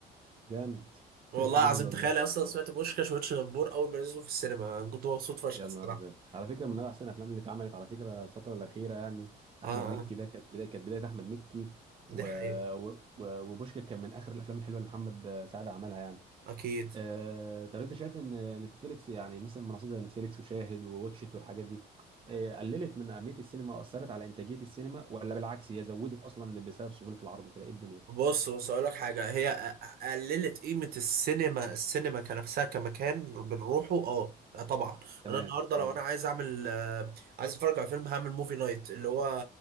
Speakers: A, on the right; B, on the right.
A: جامد <laughs>
B: والله العظيم
A: جامد والله
B: تخيل اصلا سمعت بوشكاش واتش دبور اول ما نزلوا في السينما أنا كنت مبسوط فشخ
A: يا
B: الصراحه
A: نهار ابيض على فكره من احسن الافلام اللي اتعملت على فكره الفتره الاخيره يعني احمد
B: اه
A: مكي
B: اه
A: ده كانت بدايه كانت بدايه احمد مكي و...
B: دي حقيقة
A: و... و- وبوشكاش كان من اخر الافلام الحلوه اللي محمد سعد عملها يعني
B: اكيد
A: أه... طب انت شايف ان نتفليكس يعني مثلا منصات زي نتفليكس وشاهد وواتشت والحاجات دي أه... قللت من اهميه السينما واثرت على انتاجيه السينما ولا بالعكس هي زودت اصلا بسبب سهوله العرض وكده ايه الدنيا
B: بص بص اقول لك حاجه هي أ- قللت قيمه السينما السينما كنفسها كمكان بنروحه اه آه طبعا
A: تمام
B: انا النهارده
A: تمام
B: لو انا عايز اعمل آه، عايز اتفرج على فيلم هعمل موفي نايت اللي هو